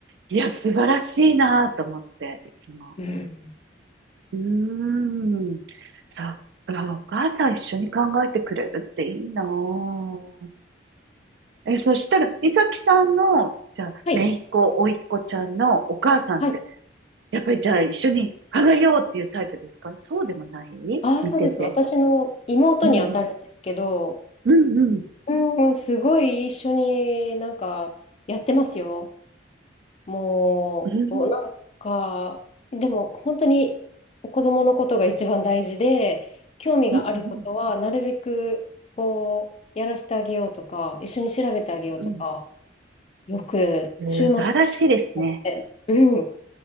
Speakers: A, on the right; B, on the left.
A: いや、素晴らしいなと思って、いつも。
B: うん。
A: うーん。そっか、お母さん一緒に考えてくれるっていいなぁ。え、そしたら、いさきさんの、じゃあ、
B: はい。
A: 姪っ子、甥っ子ちゃんのお母さんって、
B: はい
A: やっぱりじゃあ一緒に考えようっていうタイプですかそうでもない見てて。
B: ああ、そうです。私の妹に当たるんですけど、
A: うんうん。うんうん。
B: うん、すごい一緒になんかやってますよ。もう、
A: うん
B: おなんか、でも本当に子供のことが一番大事で、興味があることはなるべくこう、
A: うん。うんうん。
B: やらせてあげようとか、一緒に調べてあげようとか、
A: うんうん
B: よく週末の時間になって、
A: 素晴らしいですね。
B: うん、